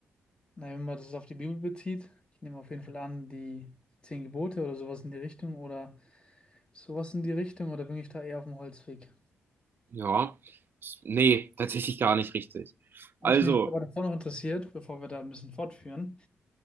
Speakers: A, on the left; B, on the right.
A: Na, wenn man das auf die Bibel bezieht, ich nehme auf jeden Fall an, die zehn Gebote oder sowas in die Richtung oder sowas in die Richtung oder bin ich da eher auf dem Holzweg?
B: Ja, nee, tatsächlich gar nicht richtig.
A: Was
B: Also,
A: mich aber davor noch interessiert, bevor wir da ein bisschen fortführen,